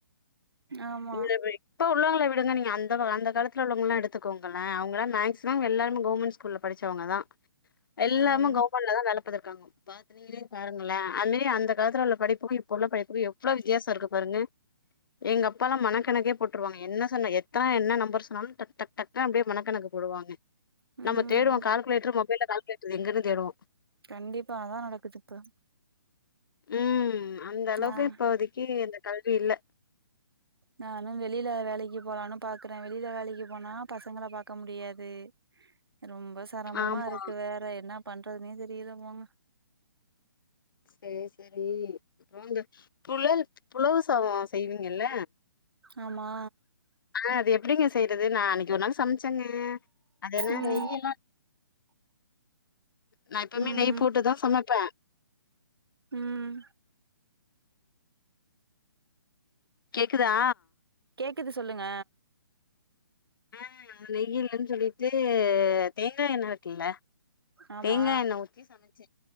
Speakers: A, on the right (about 80°); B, on the left (about 65°).
A: ஆமா
B: இங்க போயி இப்ப உள்ளவங்கள வி டுங்க நீங்க அந்த கா அந்த காலத்துல உள்ளவங்களா எடுத்துக்கோங்களே அவுங்கலா மேக்ஸ்சிமம் எல்லார்மே கவுன்மென்ட் ஸ்கூல்ல படிச்சவங்கதா எல்லாமு
A: ஆமா
B: கவுர்மெண்ட்லதா வேல பாத்துருக்காங்க பாத்து நீங்களே பாருங்களே அது மாரி அந்த காலத்துலுள்ள படிப்புக்கு இப்ப உள்ள படிப்புக்கு எவ்வளோ வித்தியாச இருக்கு பாருங்க எங்க அப்பாலாம் மனக்கணக்கே போட்டுருவாங்க என்ன சொன்ன எத்தன என்ன நம்பர் சொன்னாலு டக் டக் டக்குனு அப்டியே மணக்கணக்கு போடுவாங்க நம்ம
A: ம்
B: தேடுவோ கால்குலேட்டர் கால்குலேட்டர் எங்கன்னு தேடுவோ
A: கண்டிப்பா அதா நடக்குது இப்ப
B: உம் அந்த அளவுக்கு
A: ஆ
B: இப்போதைக்கு கல்வி இல்ல
A: நானும் வெளியில வேலைக்கு போலான்னு பாக்குற வெளியில வேலைக்கு போனா பசங்கள பாக்க முடியாது ரொம்ப செரமமா
B: ஆமா
A: இருக்கு வேற என்னா பண்றதுனே தெரியல போங்க
B: சரி சரி அந்த புழல் புலவு சாதம் செய்வீங்கல்ல
A: ஆமா
B: ஆஹ் அது எப்படிங்க செய்றது நான் அன்னைக் அன்னைக்கு ஒரு நாள் சமைச்சங்க அதென்ன
A: ம்
B: நெய்யல்லா நா எப்பமே
A: ம்
B: நெய் போட்டுதா சமைப்பே
A: உம்
B: கேக்குதா
A: கேக்குது சொல்லுங்க
B: ஆஹ் நெய்யில்லன் சொல்லிட்டு தேங்கா எண்ண இருக்குல்ல
A: ஆமா
B: தேங்கா எண்ணெ ஊத்தி சமைச்சே